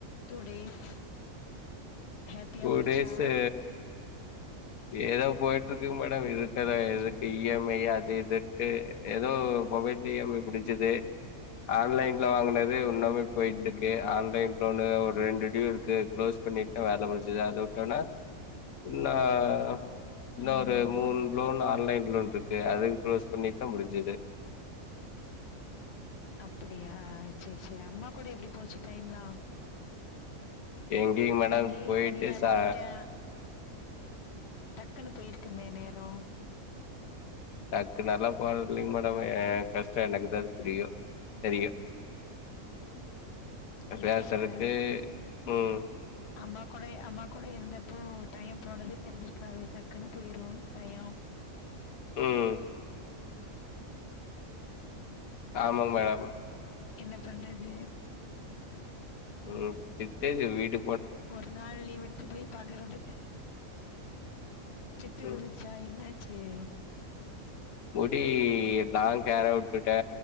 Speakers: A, on the left (about 55°); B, on the left (about 85°).
A: டூ டேஸ் ஹாப்பியா
B: டூ
A: போச்சா
B: டேஸ்ஷு ஏதோ போயிட்ருக்குங் மேடம் இருக்கத எதுக்கு இ எம் ஐ அது இதுட்டு ஏதோ மொபைல் இ எம் ஐ முடிச்சது ஆன்லைன்ல வாங்கினது இன்னு போ போய்ட்ருக்கு
A: ம்
B: ஆன்லைன் ஒன்னு ஒரு ரெண்டு டிவு இருக்கு க்ளோஸ் பண்ணிட்டா வேல முடிஞ்சது அத விட்டோனா இன்ன அ இன்னு
A: ம்
B: ஒரு
A: ம்
B: மூணு லோன் ஆன்லைன்ல வந்துருக்கு அது குளோஸ் பண்ணிட்டா முடிஞ்சுது
A: அப்படியா சரி சரி அம்மா கூட எப்பிடி போச்சு டைம்லா
B: எங்கிங் மேடம்
A: இங்கயே
B: போயிட்டு
A: தனியா இருந்துட்டு
B: ச
A: டக்குன்னு போயிருக்குமே நேரோ
B: டக்குனு எல்லா போறதில்லைங் மேடம் எ கஷ் ட எனக்குதா புரியு தெரியு நா
A: இல்ல
B: பேசறதுக்கு
A: சார் இப்ப
B: ம்
A: அம்மா கோடயே அம்மா கோடயே இருந்தப்போ டைம் போனது தெரிஞ்சிருக்காது டக்குன்னு போயிரு டய
B: ம் ஆமா மேடம்
A: என்ன பண்றது
B: ம் திட்டு வீடு
A: ஒரு நாள் லீவ் எடுத்து போய் பாக்கறதுக்கு திட்டு விழுந்துச்சா
B: ம்
A: என்ன சேர்
B: முடி லாங் ஹேரா உட்டுட்டே